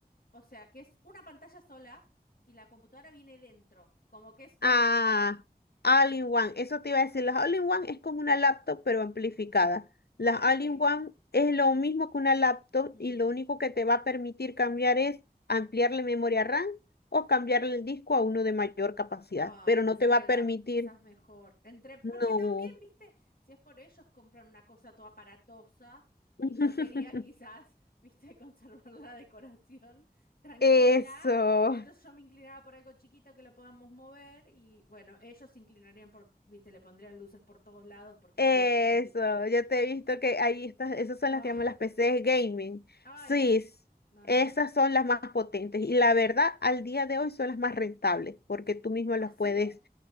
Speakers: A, on the left; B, on the left.
A: o sea, que es una pantalla sola y la computadora viene dentro, como que es all
B: Ah,
A: in one.
B: All-in-One. Eso te iba a decir. Las All-in-One es como una laptop, pero amplificada. Las
A: Ah, es
B: All-in-One
A: lo mismo.
B: es lo mismo que una laptop
A: Mm.
B: y lo único que te va a permitir cambiar es ampliarle memoria RAM o cambiarle el disco a uno de mayor capacidad,
A: Ah,
B: pero
A: pensé
B: no te va
A: que
B: a
A: era
B: permitir,
A: quizás mejor. Entre, porque
B: no.
A: también, viste, si es por ellos compran una cosa toda aparatosa y
B: <laughs>
A: yo quería quizás, viste, <laughs> conservar la decoración tranquila.
B: Eso.
A: Entonces yo me inclinaba por algo chiquito que lo podamos mover y bueno, ellos se inclinarían por, viste, le pondrían luces por todos lados porque
B: Eso,
A: he visto en TikTok.
B: yo te he visto que ahí estás, esas son
A: Ah,
B: las que llaman las PCs gaming.
A: ay,
B: Sí,
A: no.
B: s-
A: No,
B: esas
A: no, no.
B: son las más potentes y la verdad, al día de hoy son las más rentables porque tú mismo
A: ¿Ah,
B: las
A: sí?
B: puedes